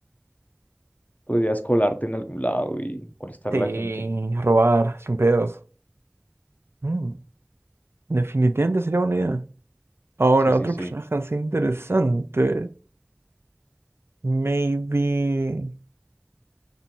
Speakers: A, on the left (about 40°); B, on the right (about 80°).
A: podrías colarte en algún lado y molestar
B: Sí,
A: a la gente.
B: robar, sin pedos. Mm, definitivamente sería una idea. Ahora,
A: Sí, sí,
B: otro
A: sí.
B: personaje así interesante. Maybe.